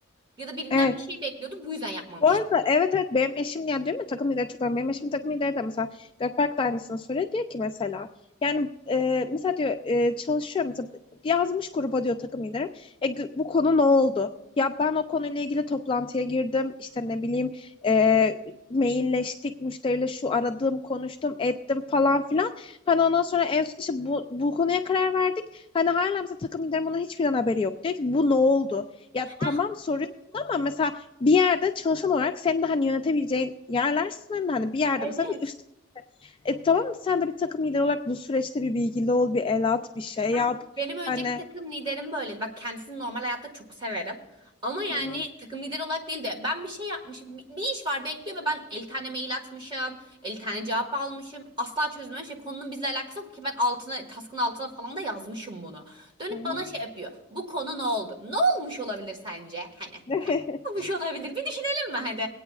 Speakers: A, on the right (about 20°); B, on the left (about 25°).
A: Ya da birinden
B: Evet.
A: bir şey bekliyordu Bu yüzden yapmamıştı.
B: Bu arada evet evet benim eşim yani değil mi takım lideri çok önemli. Benim eşim takım lideri de mesela Gökberk de aynısını söylüyor. Diyor ki mesela yani e, mesela diyor e, çalışıyor mesela yazmış gruba diyor takım liderim. E, gö- bu konu ne oldu? Ya ben o konuyla ilgili toplantıya girdim. işte ne bileyim e, mailleştik müşteriyle şu aradım konuştum ettim falan filan. Hani ondan sonra en son işte bu, bu konuya karar verdik. Hani hala mesela takım liderim bunun hiçbir haberi yok. Diyor ki bu ne oldu? Ya
A: Heh.
B: tamam soruyorsun ama mesela bir yerde çalışan olarak senin de hani yönetebileceğin yerler sınırlı. Hani bir yerde
A: Evet.
B: mesela bir üst. E tamam sen de bir takım lideri olarak bu süreçte bir bilgili ol, bir el at, bir şey
A: Ha,
B: yap.
A: Benim önceki
B: Hani
A: takım liderim böyleydi. Bak kendisini normal hayatta çok severim. Ama yani
B: hı hı.
A: takım lideri olarak değil de ben bir şey yapmışım. Bir, bir iş var bekliyor ve ben 50 tane mail atmışım. 50 tane cevap almışım. Asla çözmemiş. Şey, konunun bizle alakası yok ki ben altına, task'ın altına falan da yazmışım bunu. Dönüp
B: Hı hı.
A: bana şey yapıyor. Bu konu ne oldu? Ne olmuş olabilir sence? Hani.
B: <laughs>
A: olmuş olabilir? Bir düşünelim mi hadi?